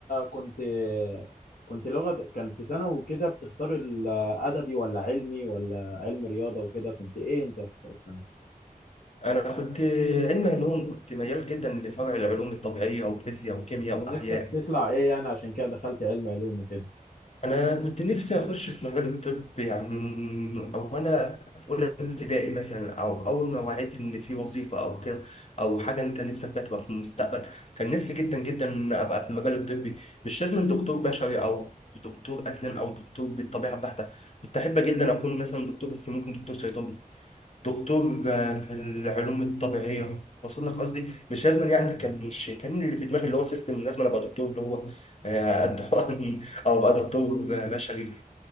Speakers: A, on the left; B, on the left.
A: كنت كنت لغة كان في سنة وكده بتختار الأدبي ولا علمي ولا علم رياضة وكده كنت إيه أنت في السنة؟
B: انا كنت علم علوم كنت ميال جدا لفرع العلوم الطبيعيه وفيزياء وكيمياء
A: كان
B: واحياء
A: نفسك تطلع إيه يعني عشان كده دخلت علم علوم وكده؟
B: انا كنت نفسي اخش في مجال الطب يعني او انا في اولى ابتدائي مثلا او اول ما وعيت ان في وظيفه او كده او حاجه انت نفسك فيها تبقى في المستقبل كان نفسي جدا جدا ان ابقى في المجال الطبي مش لازم دكتور بشري او دكتور اسنان او دكتور بالطبيعه البحته كنت احب جدا اكون مثلا دكتور بس ممكن دكتور صيدله دكتور آه، في العلوم الطبيعيه وصل لك قصدي مش لازم يعني كان
A: مم.
B: مش كان اللي في دماغي اللي هو سيستم لازم انا ابقى دكتور اللي هو آه، قد حقن <laughs> او ابقى دكتور آه، بشري